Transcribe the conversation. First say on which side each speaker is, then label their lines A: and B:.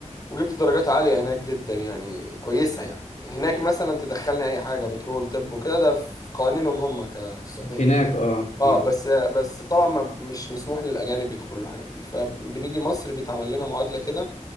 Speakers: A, on the left (about 30°); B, on the left (about 75°).
A: وجبت درجات عالية هناك جدا يعني كويسة يعني هناك مثلا تدخلني اي حاجة بترول طب وكده ده في قوانينهم هم ك في السعودية
B: هناك اه
A: اه
B: اه
A: بس بس طبعا ما مش مسموح للاجانب يدخلوا الحاجات دي فبنيجي مصر بيتعمل لنا معادلة كده